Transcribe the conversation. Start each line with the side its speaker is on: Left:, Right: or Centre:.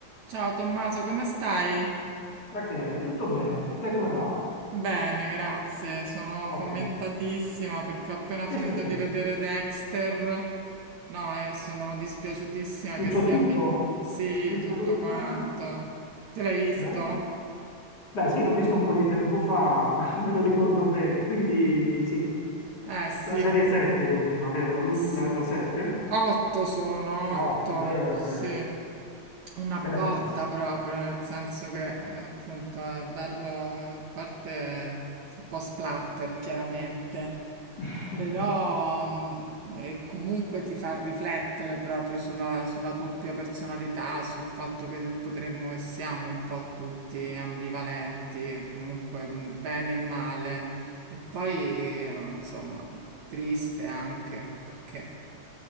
Right: Ciao Tommaso, come stai?
Left: Rachele, tutto bene? Te come va?
Right: Bene, grazie. Sono
Left: Ottimo.
Right: fomentatissima perché ho appena
Left: Che
Right: finito
Left: è successo?
Right: di vedere Dexter. No, e sono dispiaciutissima
Left: Tutto
Right: che sia
Left: tutto?
Right: finito. Sì,
Left: Tutto
Right: tutto
Left: tutto?
Right: quanto.
Left: Ah,
Right: Te l'hai visto?
Left: beh. Beh, sì, l'ho visto un po' di tempo fa, <laughs> me lo ricordo bene. Quindi sì,
Right: Eh sì,
Left: la serie 7 è l'ultima, vero? La, lu-
Right: S-
Left: la, 7?
Right: otto sono,
Left: La
Right: otto,
Left: 8, vero,
Right: sì.
Left: vero.
Right: Una
Left: Che
Right: botta
Left: ne pensi?
Right: proprio, nel senso che eh, appunto è bello, eh, a parte un po' splatter chiaramente,
Left: <laughs>
Right: Però mh, e comunque ti fa riflettere proprio sulla, sulla doppia personalità, sul fatto che potremmo e siamo un po' tutti ambivalenti, comunque mh, bene e male. E poi, eh, insomma, triste anche perché.